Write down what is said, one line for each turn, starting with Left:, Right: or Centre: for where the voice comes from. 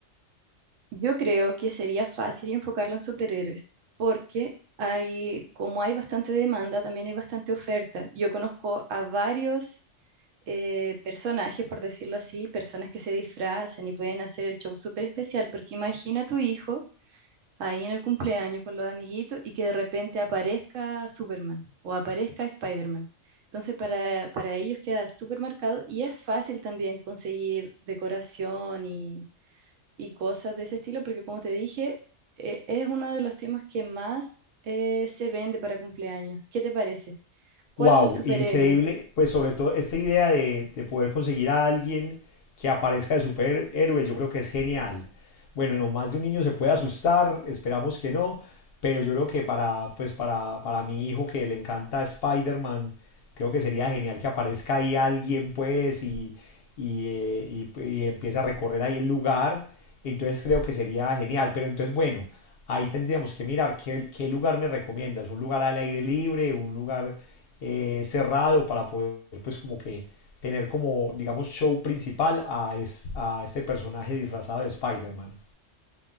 Right: Yo creo que sería fácil enfocarlo en superhéroes, porque hay, como hay bastante demanda, también hay bastante oferta. Yo conozco a varios eh, personajes, por decirlo así, personas que se disfrazan y pueden hacer el show súper especial, porque imagina a tu hijo ahí en el cumpleaños con los amiguitos y que de repente aparezca Superman o aparezca Spider-Man. Entonces para, para ellos queda súper marcado y es fácil también conseguir decoración y, y cosas de ese estilo, porque como te dije, eh, es uno de los temas que más eh, se vende para cumpleaños. ¿Qué te parece? ¿Cuál
Left: Wow,
Right: superhéroe?
Left: increíble. Pues sobre todo esta idea de, de poder conseguir a alguien que aparezca de superhéroe, yo creo que es genial. Bueno, más de un niño se puede asustar, esperamos que no, pero yo creo que para, pues para, para mi hijo que le encanta Spider-Man, Creo que sería genial que aparezca ahí alguien, pues, y, y, eh, y- pues, y empieza a recorrer ahí el lugar. Entonces creo que sería genial. Pero entonces, bueno, ahí tendríamos que mirar qué, qué lugar me recomiendas. Un lugar al aire libre, un lugar eh, cerrado para poder, pues, como que tener como, digamos, show principal a, es- a este personaje disfrazado de Spider-Man.